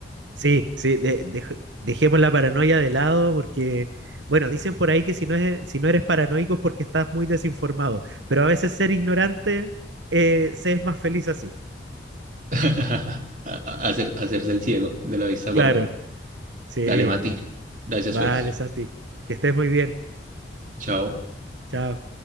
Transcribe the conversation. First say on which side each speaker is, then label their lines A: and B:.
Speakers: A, on the right (about 80°); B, on the right (about 45°).
A: Sí, sí, de- dej- dejemos la paranoia de lado porque, bueno, dicen por ahí que si no es, si no eres paranoico es porque estás muy desinformado, pero a veces ser ignorante eh, se es más feliz así.
B: <laughs> A- a- hacer, hacerse el ciego de la vista gorda.
A: Claro. Sí,
B: Dale, Mati. Gracias,
A: vale,
B: pues.
A: Santi, que estés muy bien.
B: Chao.
A: Chao.